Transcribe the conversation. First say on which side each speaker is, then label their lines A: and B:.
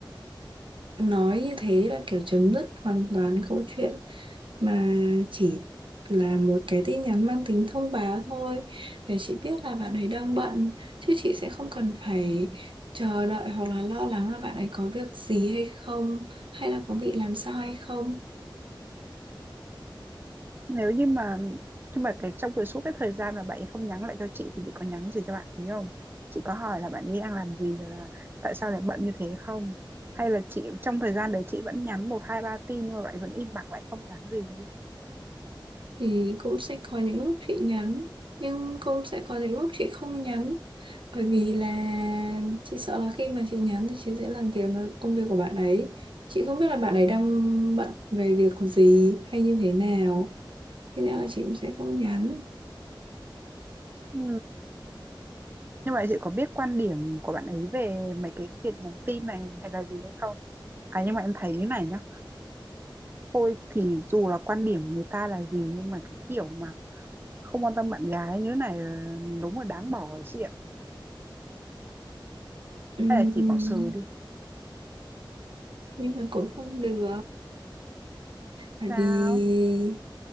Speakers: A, on the right; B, on the right.
A: nói như thế là kiểu chấm dứt hoàn toàn câu chuyện mà chỉ là một cái tin nhắn mang tính thông báo thôi để chị biết là bạn ấy đang bận chứ chị sẽ không cần phải chờ đợi hoặc là lo lắng là bạn ấy có việc gì hay không hay là có bị làm sao hay không
B: nếu như mà nhưng mà cái trong cái suốt cái thời gian mà bạn ấy không nhắn lại cho chị thì chị có nhắn gì cho bạn ấy không chị có hỏi là bạn ấy đang làm gì rồi là tại sao lại bận như thế không hay là chị trong thời gian đấy chị vẫn nhắn một hai ba tin nhưng mà bạn ấy vẫn im bặt bạn ấy không nhắn gì
A: thì cũng sẽ có những lúc chị nhắn nhưng cũng sẽ có những lúc chị không nhắn bởi vì là chị sợ là khi mà chị nhắn thì chị sẽ làm việc nó- công việc của bạn ấy chị không biết là bạn ấy đang bận về việc gì hay như thế nào thế nên là chị cũng sẽ không nhắn
B: Ừ. nhưng mà chị có biết quan điểm của bạn ấy về mấy cái việc nhắn tin này hay là gì hay không à nhưng mà em thấy như này nhá thôi thì dù là quan điểm người ta là gì nhưng mà cái kiểu mà không quan tâm bạn gái như thế này là đúng là đáng bỏ chị ạ
A: Ừm,
B: hay là chỉ bỏ sừ đi
A: nhưng mà cũng không được bởi
B: Sao?
A: vì